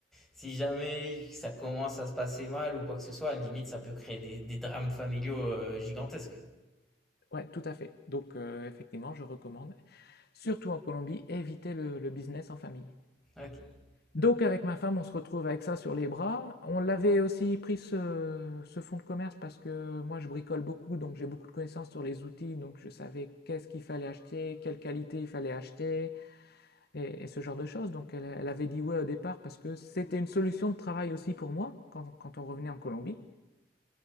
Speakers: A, in the centre; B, on the left.
A: si jamais ça commence à se passer mal ou quoi que ce soit, à la limite, ça peut créer des, des drames familiaux euh, gigantesques.
B: Ouais, tout à fait. Donc, euh, effectivement, je recommande, surtout en Colombie, éviter le, le business en famille.
A: Ok.
B: Donc, avec ma femme, on se retrouve avec ça sur les bras. On l'avait aussi pris ce, ce fonds de commerce parce que moi, je bricole beaucoup, donc j'ai beaucoup de connaissances sur les outils, donc je savais qu'est-ce qu'il fallait acheter, quelle qualité il fallait acheter, et, et ce genre de choses. Donc elle, elle avait dit ouais au départ parce que c'était une solution de travail aussi pour moi quand, quand on revenait en Colombie.